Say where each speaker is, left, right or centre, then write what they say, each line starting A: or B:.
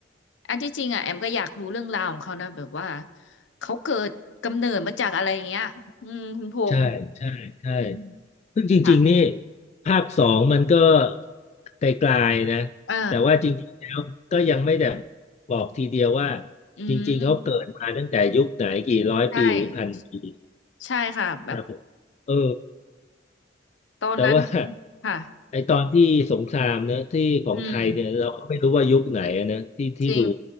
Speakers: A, on the left; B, on the left.
A: อันที่จริงอ่ะแอมก็อยากรู้เรื่องราวของเขานะแบบว่าเขาเกิดกำเนิดมาจากอะไรอย่างเงี้ยอืมคุณพงษ์
B: ใช่ใช่ใช่
A: อืม
B: ซึ่งจริงๆนี่
A: ค่ะ
B: ภาคสองมันก็ไกลๆนะ
A: เออ
B: แต่ว่าจริงๆแล้วก็ยังไม่ได้บอกทีเดียวว่า
A: อืม
B: จริงๆเขาเกิดมาตั้งแต่ยุคไหนกี่ร้อยปีหรือพันปี
A: ใช่ใช่ค่ะแบบ
B: แต่ผมเออ
A: ตอนนั้นมันค่ะ
B: แต่ว่า <laughs> ไอตอนที่สงครามเนอะที่ของไทยเนี่ยเราก็ไม่รู้ว่ายุคไหนอะนะที่ที่ดู
A: อืมจริง